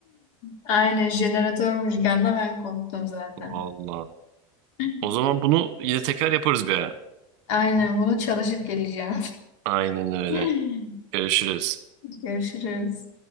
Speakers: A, on the left (about 70°); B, on the right (about 60°).
A: Aynen jeneratör müzikanda ben koptum zaten.
B: Vallahi.
A: <laughs>
B: O zaman bunu yine tekrar yaparız bir ara.
A: Aynen bunu çalışıp geleceğim.
B: Aynen öyle.
A: <laughs>
B: Görüşürüz.
A: Görüşürüz.